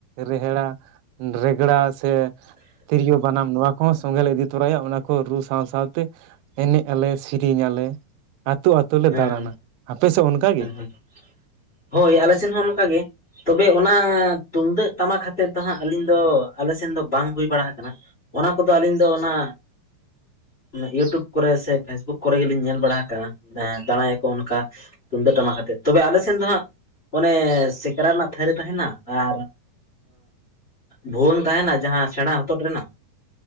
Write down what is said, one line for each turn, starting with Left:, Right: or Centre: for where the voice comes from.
Right: ᱨᱮᱦᱮᱲᱟ ᱨᱮᱜᱽᱲᱟ ᱥᱮ ᱛᱤᱨᱭᱳ, ᱵᱟᱱᱟᱢ ᱱᱚᱣᱟ ᱠᱚᱦᱚᱸ ᱥᱚᱸᱜᱮ ᱞᱮ ᱤᱫᱤ ᱛᱚᱨᱟᱭᱟ ᱚᱱᱟ ᱠᱚ ᱨᱩ ᱥᱟᱶ ᱥᱟᱶᱛᱮ ᱮᱱᱮᱡ ᱟᱞᱮ ᱥᱮᱨᱮᱧ ᱟᱞᱮ ᱟᱹᱛᱩ ᱟ. ᱛᱩ ᱞᱮ
Left: ᱦᱮᱸ
Right: ᱫᱟᱲᱟᱱᱟ ᱟᱯᱮᱥᱮᱫ ᱚᱱᱠᱟ ᱜᱮ
Left: <unintelligible> ᱦᱚᱭ ᱟᱞᱮ ᱥᱮᱱ ᱦᱚᱸ ᱚᱱᱠᱟ ᱜᱮ ᱛᱚᱵᱮ ᱚᱱᱟᱻ ᱛᱩᱢᱫᱟᱜ ᱴᱟᱢᱟᱠ ᱦᱟᱛᱮᱫ ᱫᱚ ᱦᱟᱸᱜ ᱟᱹᱞᱤᱧ ᱫᱚ ᱟᱞᱮ ᱥᱮᱱ ᱫᱚ ᱵᱟᱝ ᱦᱩᱭ ᱵᱟᱲᱟ ᱟᱠᱟᱱᱟ ᱚᱱᱟ ᱠᱚᱫᱚ ᱟᱹᱞᱤᱧ ᱫᱚ ᱚᱱᱟ ᱤᱭᱩᱴᱩᱵ ᱠᱚᱨᱮ ᱥᱮ ᱯᱷᱮᱥᱵᱩᱠ ᱠᱚᱨᱮ ᱜᱮᱞᱤᱧ ᱧᱮᱞ ᱵᱟᱲᱟ ᱟᱠᱟᱜᱼᱟ ᱮᱸ ᱫᱟᱲᱟᱭᱟᱠᱚ ᱚᱱᱠᱟ ᱛᱩᱢᱫᱟᱹᱜ ᱴᱟᱢᱟᱠ ᱦᱟᱛᱮᱜ ᱛᱚᱵᱮ ᱟᱞᱮ ᱥᱮᱱ ᱫᱚ ᱦᱟᱸᱜ ᱚᱱᱮᱻ ᱥᱮᱠᱨᱟ ᱨᱮᱱᱟᱜ ᱛᱷᱟᱹᱨᱤ ᱛᱟᱦᱮᱱᱟ ᱟᱨ ᱵᱷᱩᱣᱟᱹᱝ ᱛᱟᱦᱮᱱᱟ ᱡᱟᱦᱟᱸ ᱥᱮᱲᱟ ᱦᱚᱛᱚᱫ ᱨᱮᱱᱟᱜ